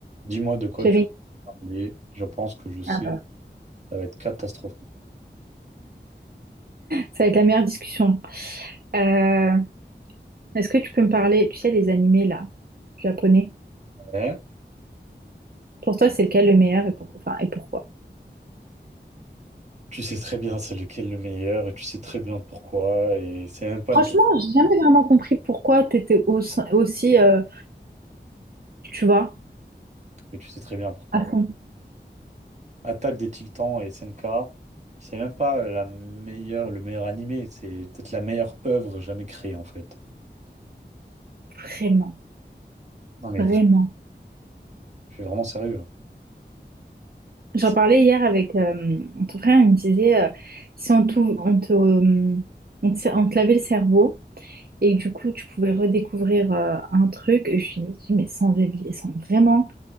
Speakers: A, on the right (about 40°); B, on the right (about 55°).
A: Dis-moi de quoi
B: J'avais
A: tu veux
B: une...
A: parler. Je pense que je sais,
B: Ah bah.
A: ça va être catastrophique.
B: Ça va être la meilleure discussion. Euh, est-ce que tu peux me parler, tu sais, des animés là, japonais?
A: Ouais.
B: Pour toi, c'est lequel le meilleur et, pour- enfin, et pourquoi?
A: Tu sais très bien c'est lequel le meilleur et tu sais très bien pourquoi. Et c'est même pas
B: Franchement,
A: une question,
B: j'ai jamais vraiment compris pourquoi t'étais au- aussi, euh, tu vois,
A: mais tu sais très bien pourquoi.
B: à fond.
A: ouais. Attaque des Titans et SNK, c'est même pas la meilleure, le meilleur animé, c'est peut-être la meilleure œuvre jamais créée en fait.
B: Vraiment,
A: Non mais
B: vraiment.
A: vra- je suis vraiment sérieux. hein.
B: J'en
A: C'est
B: parlais hier avec euh, ton frère, il me disait, euh, si on te, on te, euh, on te, on te lavait le cerveau et que du coup, tu pouvais redécouvrir euh, un truc, je lui ai dit, mais sans, évil- sans vraiment.